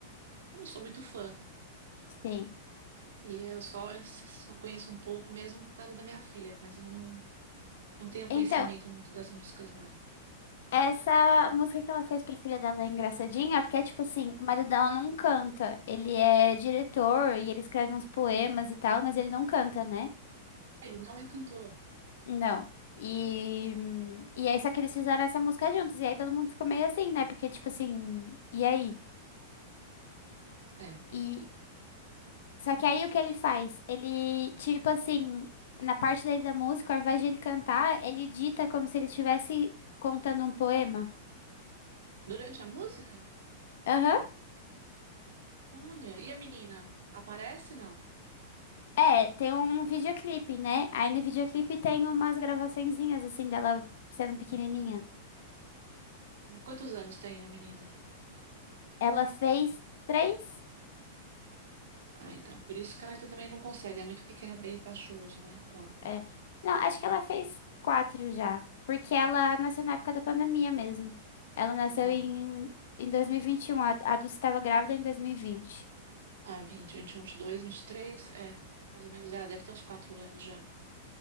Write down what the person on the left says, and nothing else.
sim.
Então,
essa música que ela fez pra filha dela é engraçadinha, porque é tipo assim, o marido dela não canta. Ele é diretor e ele escreve uns poemas e tal, mas ele não canta, né?
Não. E, hum, e aí, só que eles fizeram essa música juntos. E aí todo mundo ficou meio assim, né? Porque, tipo assim, e aí?
e Só que aí o que ele faz? Ele, tipo assim, na parte daí da música, ao invés de ele cantar, ele dita como se ele estivesse contando um poema.
Aham.
É, tem um videoclipe, né? Aí no videoclipe tem umas gravaçõezinhas, assim, dela sendo pequenininha.
Ela fez três?
É. Não, acho que ela fez quatro já. Porque ela nasceu na época da pandemia mesmo. Ela nasceu
em, em 2021, a, a Dulce estava grávida em 2020.